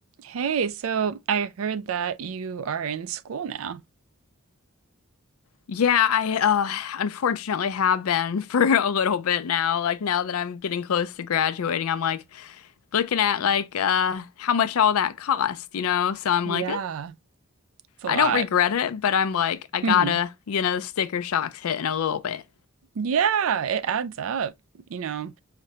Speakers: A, on the right; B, on the left.
A: Hey, so I heard that you are in school now.
B: Yeah, I uh unfortunately have been <laughs> for a little bit now. Like now that I'm getting close to graduating, I'm like looking at like uh how much all that cost, you know? So I'm
A: Yeah,
B: like, eh,
A: it's a
B: I
A: lot.
B: don't regret it, but I'm like I
A: hmm
B: gotta, you know, sticker shock's hitting a little bit.
A: Yeah, it adds up. You know,